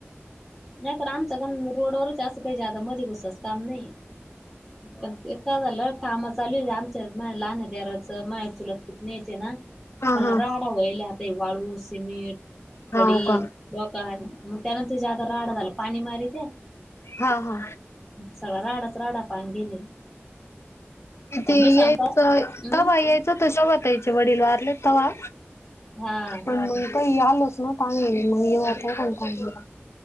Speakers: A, in the centre; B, on the left.
A: नाही तर आमचं काण रोडवरच असं काही जालं मरी गुसच काम नाही पण ते. काय झालं काम चालू आहे आमच्या माझ लहान आहे देराचं मा चुलसपूत न्यायचे ना.
B: हा
A: पला
B: हा
A: राडा होय लता वाळू मीठ
B: हाव
A: खडी
B: का
A: डोकाण मग त्यानंतर जा राड झाला पाणी मारी ते.
B: हा हा.
A: सगळं राडत राडा पान गेले आणि
B: किती
A: मी सांगता
B: यायच
A: हम्
B: तव या त शवता यायचे वडील वारले तवा
A: हा
B: पण आलोच ना चांग मग येवक कोण चांगला